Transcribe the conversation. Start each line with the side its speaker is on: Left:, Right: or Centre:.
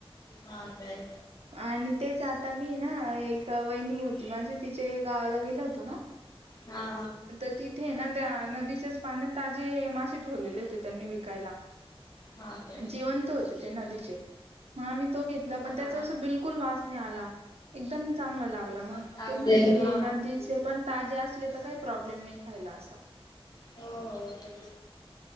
Left: हा काय
Right: आणि तेच आता मी ना एक वहिनी होती माझी तिच्या गावाला गेलो होतो ना
Left: हा
Right: तर तिथे ना त्या नदीच्याच पाण्यात ताजे मासे ठेवलेले होते त्यांनी विकायला
Left: हा काय
Right: जिवंत होते ते नदीचे मग आम्ही तो घेतला पण
Left: हा.
Right: त्यात तस बिलकुल वाच आला एकदम चांगला लागला मग
Left: हा ताजे
Right: ते म्हंटलं हे
Left: हा
Right: नदीचे पण ताजे असले तर काही प्रॉब्लेम नाही खायला असं
Left: हो हो तेच